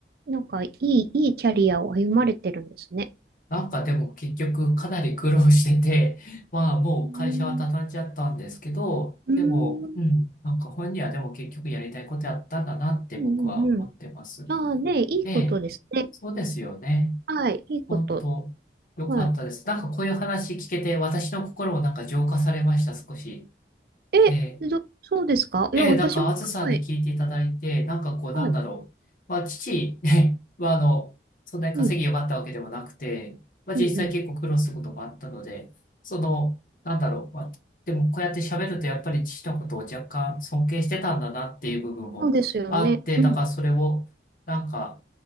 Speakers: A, on the right; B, on the left.
A: なんかいい、いいキャリアを歩まれてるんですね。
B: なんかでも結局かなり苦労してて、<laughs> まあもう会社は畳んじゃったんですけど、
A: うん、うん、
B: でも、
A: うん。
B: うん、なんか本人はでも結局やりたいことやったんだなって僕は思ってます。
A: うんああ、ね、いいことですね。
B: ええ、そうですよね。
A: はい、いいこと。
B: 本当よかったです。
A: はい。
B: なんかこういう話聞けて私の心もなんか浄化されました、少し。
A: え、
B: ええ
A: ど、そうですかいや、
B: ええ、
A: 私もすごい。
B: なんか、あずさんに聞いていただいて、なんかこう、なんだろう。
A: はい。
B: まあ、父、ね、は、あの、そんなに稼ぎ良かったわけでもなくて、
A: うん、
B: まあ、実際結構苦労することもあったので、
A: うん、うん。
B: その、なんだろう。まあ、でも、こうやって喋ると、やっぱり父のことを若干尊敬してたんだなっていう部分もあって、
A: そうですよね。うん。
B: だからそれを、なんか、